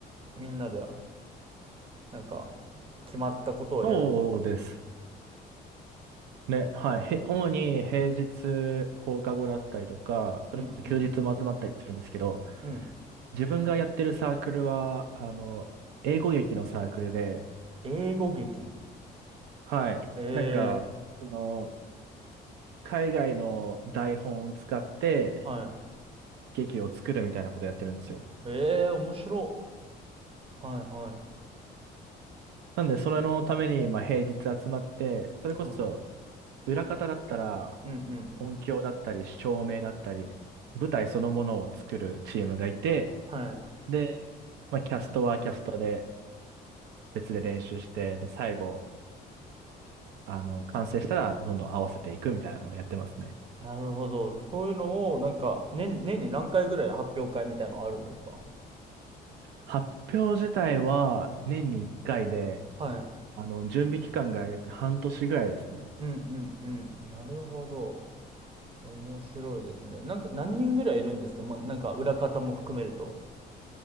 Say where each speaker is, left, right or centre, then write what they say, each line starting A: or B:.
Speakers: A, on the right; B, on the right.
A: みんなでなんか決まったことをやるんですか
B: そうですね。はい。へ主に平日放課後だったりとか、それこそ休日も集まったりするんですけど、
A: うんうん。うん
B: 自分がやってるサークルは、あの、英語劇のサークルで、
A: 英語劇。
B: はい。
A: ええ
B: なんか、その、海外の台本を使って
A: ーはい。
B: 劇を作るみたいなことやってるんですよ。
A: ええー面白。はいは
B: なんで、それのために、まあ、平日集まって、それこそ、
A: い。うん。うん
B: 裏方だったら、
A: うん。
B: 音響だったり、照明だったり、舞台そのものを作るチームがいて、
A: はい。
B: で、まあ、キャストはキャストで別で練習して、で、最後、あの、完成したらどんどん合わせていくみたいなのをやってますね。
A: なるほど。そういうのを、なんか、年、年に何回ぐらい発表会みたいのあるんですか
B: 発表自体は年に1回で、
A: はい。
B: あの、準備期間が約半年ぐらいですね。
A: うんうんうん。なるほど。面白いですね。なんか、何人ぐらいいるんですかまあ、なんか、裏方も含めると。